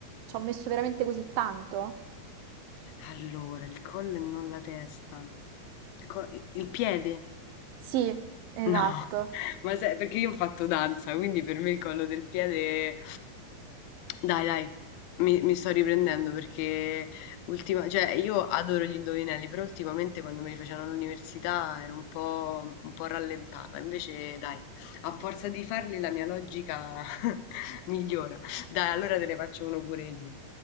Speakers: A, on the right; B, on the left.
A: ci ho messo veramente così tanto?
B: Allora, il collo e non la testa. Il, co- il piede?
A: Sì, esatto.
B: No. Ma sai, perché io ho fatto danza, quindi per me il collo del piede... Dai, dai, mi, mi sto riprendendo perché ultima... cioè, io adoro gli indovinelli, però ultimamente quando me li facevano all'università ero un po', un po' rallentata. Invece, dai, a forza di farli la mia logica <laughs> migliora. Dai, allora te ne faccio uno pure io.